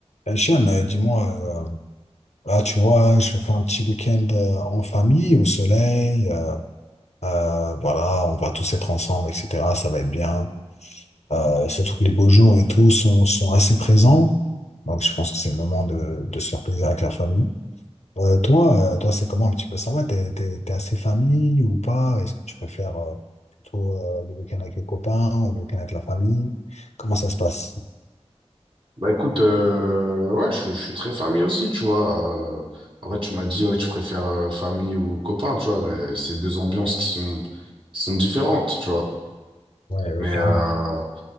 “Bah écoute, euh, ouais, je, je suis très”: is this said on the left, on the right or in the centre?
Right